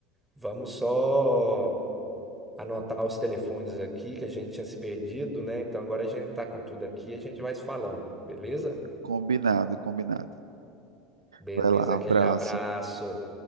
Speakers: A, in the centre; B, on the right (about 80°).
A: Vamos só anotar os telefones aqui que a gente tinha se perdido, né? Então agora a gente tá com tudo aqui, a gente vai se falando, beleza?
B: Combinado, combinado.
A: Beleza,
B: Vai lá,
A: aquele
B: abraço.
A: abraço.